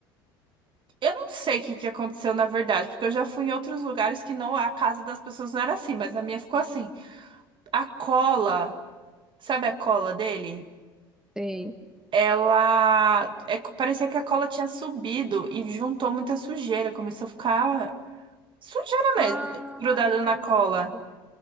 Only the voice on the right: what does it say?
Eu não sei o que que aconteceu na verdade, porque eu já fui em outros lugares que não a casa das pessoas não era assim, mas a minha ficou assim. A cola, sabe a cola dele?
Ela é, parecia que a cola tinha subido e juntou muita sujeira, começou a ficar sujeira
mesmo, grudada
na cola.